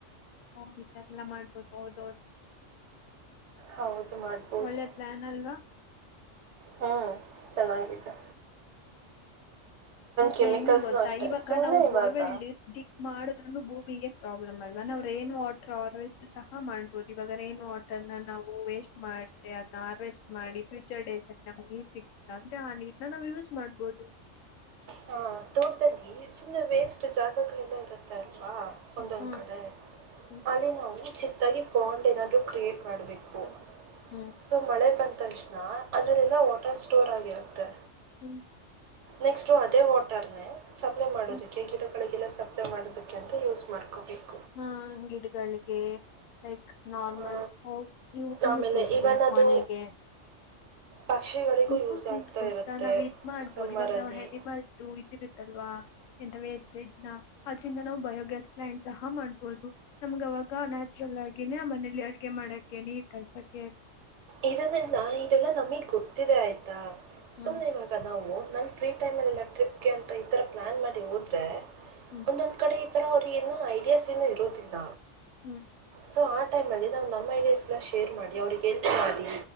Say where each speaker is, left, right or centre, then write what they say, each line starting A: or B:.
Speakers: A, on the left (about 85°); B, on the right (about 70°).
A: ಓ ಈ ತರ ಎಲ್ಲ ಮಾಡ್ಬೋದು ಹೌದೌದು.
B: ಹೌದು. ಮಾಡ್ಬೋದು
A: ಒಳ್ಳೆ ಪ್ಲಾನ್ ಅಲ್ವಾ.
B: ಹ್ಮ್ ಚೆನಾಗಿದೆ.
A: ಮತ್ತೆನ್
B: ಕೆಮಿಕಲ್ಸ್ನು
A: ಗೊತ್ತಾ
B: ಅಷ್ಟೆ
A: ಇವಾಗ
B: ಸುಮ್ನೆ
A: ನಾವು
B: ಇವಾಗ
A: ಬೋರ್ವೆಲ್ ದಿಗ್ -ದಿಗ್ ಮಾಡಿ ನ ಭೂಮಿಗೆ ಪ್ರಾಬ್ಲಮ್ ಅಲ್ವಾ ನಾವು ರೈನ್ ವಾಟರ್ ಹಾರ್ವೆಸ್ಟ್ ಸಹ ಮಾಡ್ಬೋದು ಇವಾಗ ರೈನ್ ವಾಟರ್ ನ ನಾವು ವೇಸ್ಟ್ ಮಾಡ್ದ ಅದನ್ನ ಹಾರ್ವೆಸ್ಟ್ ಮಾಡಿ ಫ್ಯೂಚರ್ ಡೇಸ್ ಅಲ್ಲಿ ನಮ್ಗೆ ನೀರ್ ಸಿಗ್ತ ಅಂದ್ರೆ ಆ ನೀರ್ನ ನಾವು ಯೂಸ್ ಮಾಡ್ಬೋದು.
B: ಹಾ ತೋಟಡ್ಲಿ ಸುಮ್ಮನೆ ವೇಸ್ಟ್ ಜಾಗಗಳೆಲ್ಲ ಇರುತ್ತೆ. ಹಾ ಒಂದೊಂದ್
A: ಹ್ಮ್
B: ಕಡೆ
A: ಹ್ಮ್
B: ಅಲ್ಲಿ ನಾವು ಚಿ ದಗಿ ಬಾಂಡ್ ಏನಾದ್ರು ಕ್ರಿಯೇಟ್ ಮಾಡ್ಬೇಕು.
A: ಹ್ಮ್
B: ಸೊ ಮಳೆ ಬಂದ. ತಕ್ಷಣ ಅದ್ರಲ್ಲಲಾ ವಾಟರ್ ಸ್ಟೋರ್ ಆಗಿರುತ್ತೆ.
A: ಹ್ಮ್
B: ನೆಕ್ಸ್ಟ ಅದೇ ವಾಟರ್ನೆ. ಸಪ್ಲೈ ಮಾಡೋದಕ್ಕೆ
A: ಹ್ಮ್
B: ಗಿಡಗಳಿಗೆಲ್ಲ. ಸಪ್ಲೈ ಮಾಡೋದಿಕೇಂತ ಯೂಸ್ ಮಾಡ್ಕೋಬೇಕು.
A: ಹಾ ಗಿಡಗಾಳ್. ಗೆ ಲೈಕ್ ನಾರ್ಮಲ್
B: ಆ,
A: ಯೂಸೇಜ್ಗೆ
B: ಆಮೇಲೆ ಇವನ್ ಅದು
A: ಮನೆಗೆ.
B: ಪಕ್ಷಿಗಳಿಗೂ
A: ಇನ್ನೊಂದು
B: ಯೂಸ್ ಆಗ್ತಾ
A: ಏನ್ ಗೊತ್ತಾ
B: ಇರುತ್ತೆ
A: ನಾವ್ ಇದ್ ಮಾಡ್ಬೋದು
B: ಸಮ್ಮರಲ್ಲಿ
A: ಇವಾಗ ನಾವ್ ಹನಿಮಲ್ದು ಇದ್ ಇದಿರುತ್ತಲ್ವಾ. ಎಂತ ವೇಸ್ಟೇಜ್ನ ಅದ್ರಿಂದ ನಾವು ಬಯೋಗ್ಯಾಸ್ ಪ್ಲಾಂಟ್ ಸಹ ಮಾಡ್ಬೋದು ನಮ್ಗೆ ಅವಾಗ. ನ್ಯಾಚುರಲ್ ಆಗೀನೆ ಆ ಮನೇಲಿ ಎರ್. ಮಾಡಕ್ಕೆ ನೀರ್ ಕಾಯಸಕೆ.
B: ಇದನ್ನೆಲ್ಲಾ ಇದೆಲ್ಲಾ ನಮಗ್ ಗೊತ್ತು. ತ್ತಿದೆ ಆಯ್ತಾ
A: ಹ್ಮ್
B: ಸುಮ್ನೆ ಇವಾಗ ನಾ. ನಾವು ನಮ್ಮ ಫ್ರೀ ಟೈಮ್ಲ್ಲಿ ಇಲ್ಲ ಟ್ರಿಪ್ಗೆ ಅಂತ ಈ ತರ ಪ್ಲಾನ್ ಮಾಡಿ ಹೋದ್ರೆ.
A: ಹ್ಮ್
B: ಒಂದೊಂದ್ ಕಡೆ ಇತ್ತು. ಆಥರ ಅವ್ರಿಗೆ ಏನೋ ಐಡಿಯಾಸ್ ಏನು ಇರೋದಿಲ್ಲ.
A: ಹ್ಮ್
B: ಸೊ ಆ ಟೈಮಲ್ಲಿ ನಾವು ನಮ್ಮ ಐಡಿಯಾಸ್ ಎಲ್ಲ ಶೇರ್ ಮಾಡಿ ಅವರಿಗೆ. ಎಲ್ಪ್ ಮಾಡಿ